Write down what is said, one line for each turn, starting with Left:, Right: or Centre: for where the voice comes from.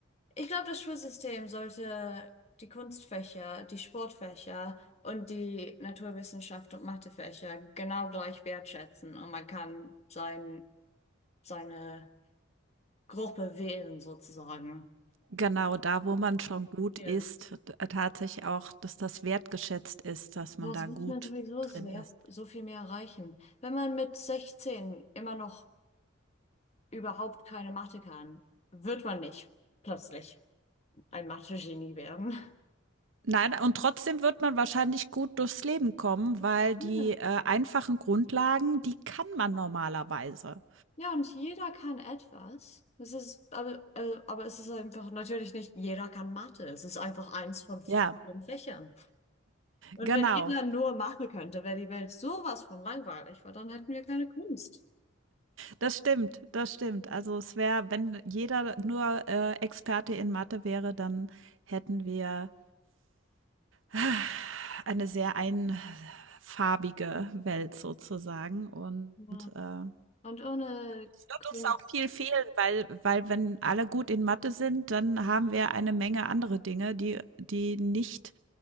Left: ich glaube, das Schulsystem sollte die Kunstfächer, die Sportfächer und die Naturwissenschaft und Mathefächer genau gleich wertschätzen und man kann sein, seine Gruppe wählen sozusagen.
Right: Genau, da, wo man schon gut
Left: Ja.
Right: ist, t tatsächlich auch, dass das wertgeschätzt ist, dass man
Left: Das
Right: da
Left: wird
Right: gut
Left: man sowieso
Right: drin
Left: sehr,
Right: ist.
Left: so viel mehr erreichen. Wenn man mit 16 immer noch überhaupt keine Mathe kann, wird man nicht plötzlich ein Mathe-Genie werden.
Right: Nein, und trotzdem wird man wahrscheinlich gut durchs Leben kommen, weil
Left: Ja,
Right: die, äh, einfachen Grundlagen, die kann man normalerweise.
Left: Ja, und jeder kann etwas. Es ist, aber, äh, aber es ist einfach natürlich nicht, jeder kann Mathe. Es ist einfach eins von vielen
Right: Ja,
Left: Fächern. Und
Right: genau.
Left: wenn jeder nur Mathe könnte, wäre die Welt sowas von langweilig, weil dann hätten wir keine Kunst.
Right: Das stimmt, das stimmt. Also es wäre, wenn jeder nur, äh, Experte in Mathe wäre, dann hätten wir äh, eine sehr einfarbige Welt sozusagen und,
Left: Ja.
Right: äh
Left: Und ohne
Right: Es wird
Left: Kunst
Right: uns auch viel fehlen, weil, weil wenn alle gut in Mathe sind, dann haben wir eine Menge andere Dinge, die, die nicht